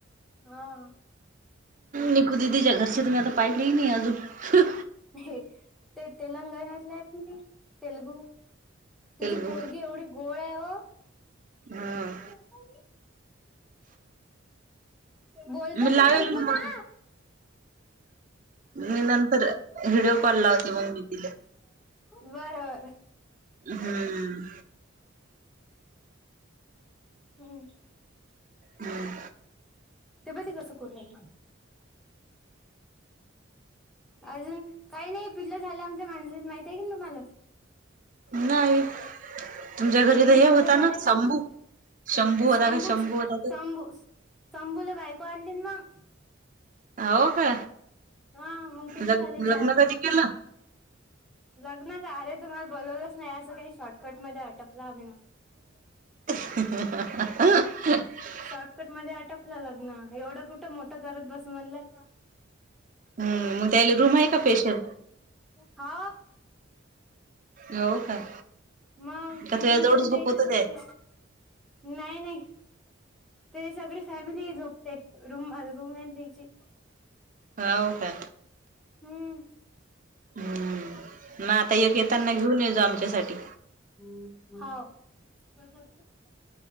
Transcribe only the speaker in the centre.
हा.
हे ते तेलंगणातले आहेत ना ते तेलगू तिची
पोरगी एवढी गोड आहे व.
<unintelligible> बोलतात
तर
तेलगु ना?
बरबर.
हम्म.
ते बग ते कसं करू लागलं अजून काय नाही पिल्लू झाले आमच्या मांजरीला माहिती की नाही तुम्हाला?
तीन
पिल्ल झाले
ना
शबूच
शाबू शंभूला बायको आणली ना.
हा मग पिल्ल
झाले चार
लग्न झाले तुम्हाला बोलवलंच नाही, असं काही शॉर्टकट मध्ये अटपलं आम्ही ना <unintelligible>
शॉर्टकट मध्ये आटपलं लग्न, एवढं कुठ मोठं करत बस म्हणलं.
हा.
मग
किचन
खोलीत
यायचेच असते.
नाही नाही ते सगळ फॅमिली आहे जो ते रूम रूम हाय ना त्याची
हम्म.
हम हो